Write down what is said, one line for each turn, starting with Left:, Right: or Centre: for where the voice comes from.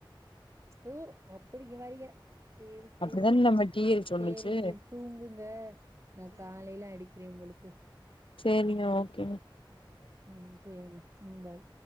Right: து அப்டி வரீக சரி சரி
Left: அப்டிதான நம்ம டி எல் சொன்னுச்சு
Right: சரி நீ தூங்குங்க நான் காலையில அடிக்கிறேன் உங்களுக்கு
Left: செரிங்க ஓகே
Right: உம் சரிங்க உம் பாய்